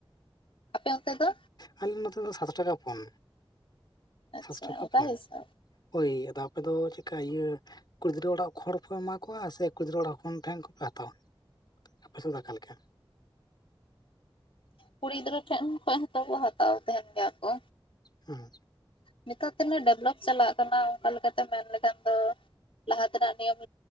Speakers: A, on the left (about 75°); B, on the left (about 50°).
A: ᱟᱯᱮ ᱚᱱᱛᱮ ᱫᱚ?
B: ᱟᱞᱮ ᱱᱚᱛᱮ ᱫᱚ ᱥᱟᱛ ᱴᱟᱠᱟ ᱯᱚᱱ
A: ᱟᱪᱪᱷᱟ
B: ᱥᱟᱛ ᱴᱟᱠᱟ
A: ᱚᱱᱠᱟ
B: ᱯᱚᱱ᱾
A: ᱦᱤᱥᱟᱹᱵ
B: ᱦᱚᱭ ᱟᱫᱚ ᱟᱯᱮ ᱫᱚ ᱪᱮᱫᱠᱟ ᱤᱭᱟᱹ ᱠᱩᱫᱽᱨᱟᱹ ᱚᱲᱟᱜ ᱠᱷᱚᱱ ᱯᱮ ᱮᱢᱟ ᱠᱚᱣᱟ ᱥᱮ ᱠᱩᱫᱽᱨᱟᱹ ᱚᱲᱟᱜ ᱠᱷᱚᱱ ᱴᱷᱮᱱ ᱠᱚᱯᱮ ᱦᱟᱛᱟᱣᱟ? ᱟᱯᱮ ᱥᱮᱫ ᱫᱚ ᱚᱠᱟ ᱞᱮᱠᱟ?
A: ᱠᱩᱲᱤ ᱜᱤᱫᱽᱨᱟᱹ ᱴᱷᱮᱱ ᱠᱷᱚᱡ ᱦᱚᱸᱠᱚ ᱠᱚ ᱦᱟᱛᱟᱣ ᱛᱟᱦᱮᱱ ᱜᱮᱭᱟ ᱠᱚ᱾
B: ᱦᱩᱸ,
A: ᱱᱮᱛᱟᱨ ᱛᱤᱱᱟᱹᱜ ᱰᱮᱵᱷᱞᱚᱯ ᱪᱟᱞᱟᱜ ᱠᱟᱱᱟ ᱚᱱᱠᱟ ᱞᱮᱠᱟᱛᱮ ᱢᱮᱱ ᱞᱮᱠᱷᱟᱱ ᱫᱚ ᱞᱟᱦᱟ ᱛᱮᱱᱟᱜ ᱱᱤᱭᱚᱢ